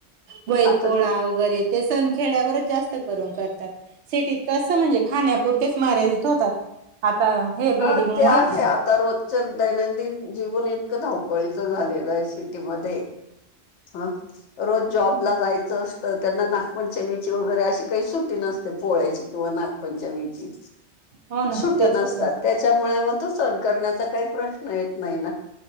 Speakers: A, on the right (about 80°); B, on the left (about 85°).
A: बैल
B: आता
A: पोळा वैगरे ते सण खेड्यावरच जास्त करून करतात. सिटीत कसं म्हणजे खाण्यापुरतेच मर्यादित होतात आता हे बिल्डिंग
B: हा ते
A: मुळे
B: आहे आत. आता रोजच दैनंदिन जीवन इतकं धावपळीचं झालेलंय सिटीमध्ये. हा, रोज जॉबला जायचं असतं त्यांना ना पंचमीची वगैरे अशी काही सुट्टी नसते पोळ्याची किंवा नागपंचमीची.
A: हो ना
B: सुट्या
A: तेच
B: नसतात
A: होतं.
B: त्याच्यामुळे म तो सण करण्याचा काही प्रश्न येत नाही ना.